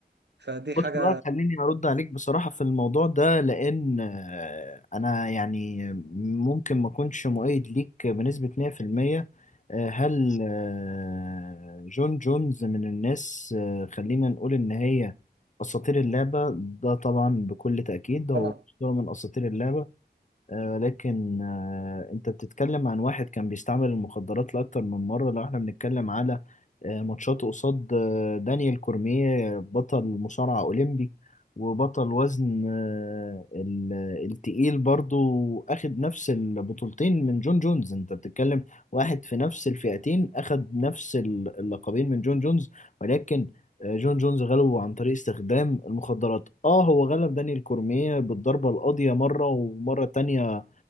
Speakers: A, on the right; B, on the left.
A: فدي حاجه
B: بص بقى خليني ارد عليك بصراحة في الموضوع ده لان آه، انا يعني ممكن ما اكونش مؤيد ليك بنسبة 100% آه، هل آه، جون جونز من الناس آه، خلينا نقول ان هي اساطير اللعبة ده طبعا بكل تأكيد هو
A: طبعا
B: أسطورة من اساطير اللعبة آه، ولكن آه، انت بتتكلم عن واحد كان بيستعمل المخدرات لأكتر من مرة لو احنا بنتكلم على آه، ماتشات قصاد آه، دانيال كورميه بطل مصارعة أولمبي وبطل وزن آه، ال- التقيل برضو أخد نفس البطولتين من جون جونز انت بتتكلم واحد في نفس الفئتين أخد نفس ال- اللقبين من جون جونز ولكن جون جونز غلبه عن طريق استخدام المخدرات اه هو غلب دانيال كورميه بالضربة القاضية مرة ومرة تانية